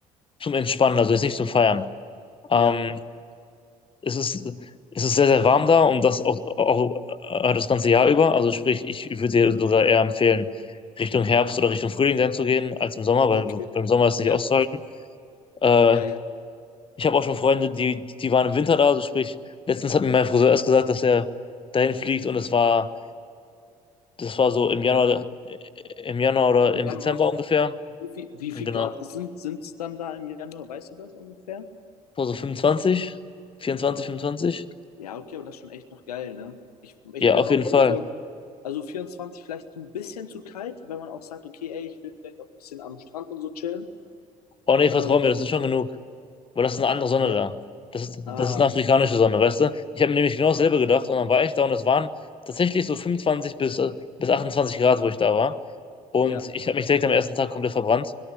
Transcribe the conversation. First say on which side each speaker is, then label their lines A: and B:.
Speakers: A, on the left; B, on the left.
A: zum Entspannen, also jetzt nicht zum Feiern. Ähm,
B: ja,
A: es ist, es ist sehr, sehr warm da und das auch, auch äh, das ganze Jahr über. Also sprich, ich würde dir sogar eher empfehlen, Richtung Herbst oder Richtung Frühling dann zu gehen, als im Sommer, weil
B: okay.
A: im Sommer ist
B: Ja,
A: nicht auszuhalten. Äh,
B: ja, ja.
A: ich habe auch schon Freunde, die, die waren im Winter da, also sprich, letztens hat mir mein Friseur erst gesagt, dass er dahin fliegt und es war, das war so im Januar, im Januar oder
B: Im
A: im
B: Januar,
A: Dezember ungefähr.
B: wie viel, wie
A: Genau.
B: viel Grad sind es dann da im Januar? Weißt du das ungefähr?
A: Vor so fünfundzwanzig vierundzwanzig 25.
B: Ja, okay, aber das ist schon echt noch geil, ne? Ich, ich
A: Ja,
B: bin
A: auf
B: auch
A: jeden
B: eh
A: Fall.
B: so ein, also 24 vielleicht ein bisschen zu kalt, wenn man auch sagt, okay, ey, ich will vielleicht auch ein bisschen am Strand und so chillen.
A: Oh nee, vertrau
B: Ähm,
A: mir, das ist schon genug. Aber das ist eine andere Sonne
B: ja.
A: da. Das ist,
B: Ah,
A: das ist eine afrikanische Sonne, weißt du? Ich habe mir nämlich genau dasselbe gedacht und dann war ich da und es waren tatsächlich so 25 bis, äh, bis 28 Grad, wo ich da war. Und
B: ja.
A: ich habe mich direkt am ersten Tag komplett verbrannt.